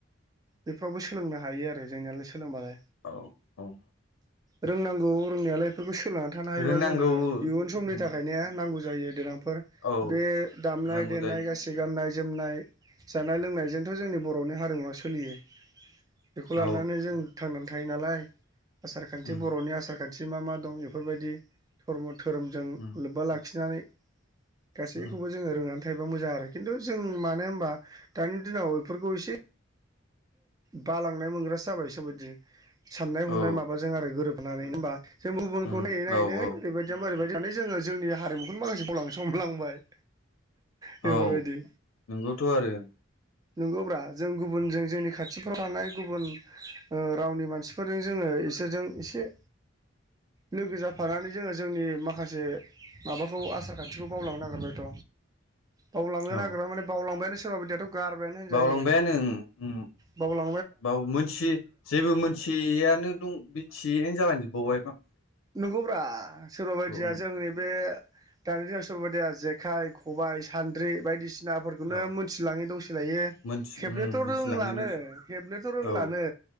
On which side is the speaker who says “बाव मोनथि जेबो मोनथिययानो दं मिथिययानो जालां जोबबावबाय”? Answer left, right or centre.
Left